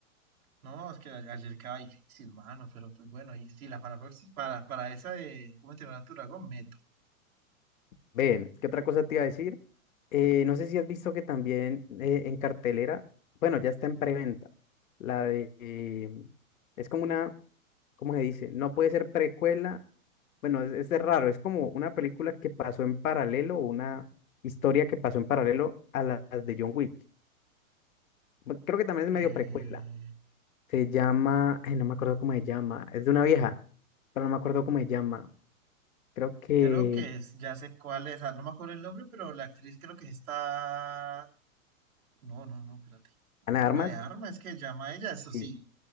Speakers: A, on the right; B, on the left.
A: No, es que a- ayer quedaba difícil, mano. Pero pues bueno, y sí, la para, proxi- para, para esa de cómo entrenar a tu dragón, meto.
B: Ven, ¿qué otra cosa te iba a decir? Eh, no sé si has visto que también eh, en cartelera, bueno, ya está en preventa, la de, eh, es como una, ¿cómo se dice? No puede ser precuela Bueno, es, es de raro, es como una película que pasó en paralelo, una historia que pasó en paralelo a la- las de John Wick. Bu- Creo que también es medio
A: Eh,
B: precuela. Se llama, ay, no me acuerdo cómo se llama, es de una vieja, pero no me acuerdo cómo se llama. Creo que
A: creo que es, ya sé cuál es. ah, No me acuerdo el nombre, pero la actriz creo que está esta. No, no, no, espérate.
B: Ana
A: Juana
B: de Armas,
A: de Armas, es que llama a ella, eso sí.
B: sí,